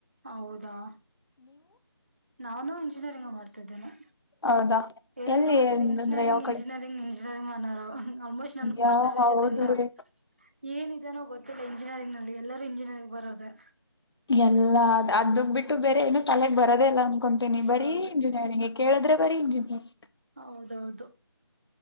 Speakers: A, on the right; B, on the left.
A: ಹೌದಾ ನಾನು ಇಂಜಿನಿಯರಿಂಗ್ ಮಾಡ್ತಿದ್ದೇನೆ.
B: ಹೌದಾ
A: ಎಲ್ಲ
B: ಎಲ್ಲಿ
A: ನೋಡಿದ್ರ ಇಂಜಿನಿಯರಿಂಗ
B: ಅಂದ್ರೆ ಯಾವ
A: ಇಂಜಿನಿಯರಿಂಗ್
B: ಕಡೆ
A: ಇಂಜಿನಿಯರಿಂಗ್ ಅನೋರು. ಆಲ್ಮೋಸ್ಟ್ ನನ್ಗ್
B: ಯಾವ
A: ಮಾತಾದೀರ
B: ಹೌದು
A: ಜೊತೆ ಎಲ್ಲಾ.
B: ರೀ
A: ಏನಿದೆನೋ ಗೊತ್ತಿಲ್ಲ ಇಂಜಿನಿಯರಿಂಗ್ ನಲ್ಲಿ ಎಲ್ಲರೂ ಇಂಜಿನಿಯರಿಂಗ್ ಬರೋದೆ.
B: ಎಲ್ಲಾ ಅ ಅದಗ್ ಬಿಟ್ಟು ಬೇರೆ ಏನು ತಲೆಗೆ ಬರೋದೆ ಇಲ್ಲ ಅನ್ಕೊಂತೀನಿ ಬರಿ
A: ಹೌದು
B: ಇಂಜಿಯರಿಂಗ್ಗೆ ಕೇಳಿದ್ರೆ ಬರಿ ಇಂಜಿನಿಯರಿಂಗ.
A: ಹೌದೌದು